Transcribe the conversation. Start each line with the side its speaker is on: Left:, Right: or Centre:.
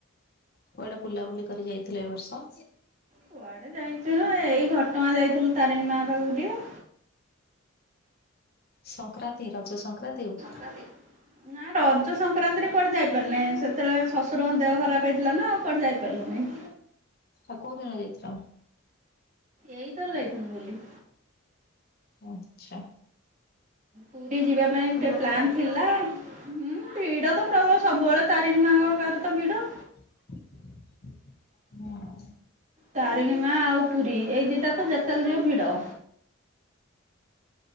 Left: କୁଆଡେ ବୁଲାବୁଲି କରି ଯାଇଥିଲେ ଏ ବର୍ଷ?
Right: କୁଆଡେ ଯାଇଥିଲୁ ଏଇ ଘଟଗାଁ ଯାଇଥିଲୁ ତାରିଣୀ ମା ପାଖକୁ ଟିକେ।
Left: ସଂକ୍ରାନ୍ତି ରଜ ସଂକ୍ରାନ୍ତିକୁ?
Right: <inaudible> ନାଁ ର <unintelligible> ରଜ ସଂକ୍ରାନ୍ତି ରେ କୁଆଡେ ଯାଇପାରିଲି ନାଇଁ। ସେତେବେଳେ ଶଶୁରଙ୍କ ଦେହ ଖରାପ ହେଇଥିଲା ନା ଆଉ କୁଆଡେ ଯାଇପାରିଲି ନାଇଁ।
Left: ଆଉ କୋଉଦିନ ଯାଇଥିଲ?
Right: ଏଇଥର ଯାଇଥାନ୍ତୁ ବୁଲି।
Left: ଆଚ୍ଛା।
Right: ପୁରୀ ଯିବା ପାଇଁ ଏତେ
Left: ଭିଡ
Right: ପ୍ଲାନ୍
Left: ଥିଲେ
Right: ଥିଲା। ହୁଁ ଭିଡ ତ ପ୍ରବଳ ସବୁବେଳେ ତାରିଣୀ ମାଆଙ୍କ ପଖରେ ତ ଭିଡ।
Left: ହଁ।
Right: ତାରିଣୀମା ଆଉ ପୁରୀ ଏଇ ଦିଟା ତ ଯେତେବେଳେ ଯିବ ଭିଡ।